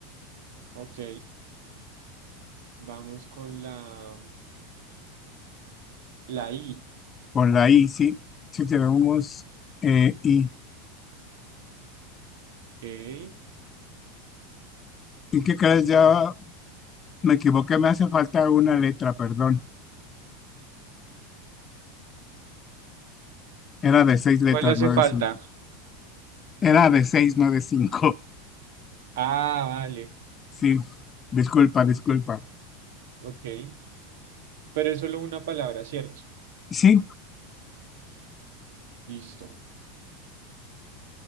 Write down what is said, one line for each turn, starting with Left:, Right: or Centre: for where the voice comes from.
Right: Ok, vamos con la... La I.
Left: Con la I, sí. Si tenemos eh, I.
Right: Ok.
Left: Y que cada vez ya me equivoqué, me hace falta una letra, perdón. Era de seis letras,
Right: ¿Cuál hace
Left: no
Right: falta?
Left: de cinco. Era de seis, no de cinco. <laughs>
Right: Ah, vale.
Left: Sí, disculpa, disculpa.
Right: Ok. Pero es solo una palabra, ¿cierto?
Left: Sí,
Right: Listo.